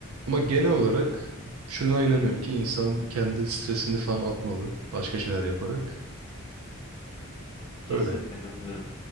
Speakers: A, on the right; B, on the left.
A: Ama genel olarak
B: Hı hı.
A: şuna inanıyorum ki insan kendi stresini falan atmalı başka şeyler yaparak.
B: Kesinlikle
A: Öyle.
B: katılıyorum.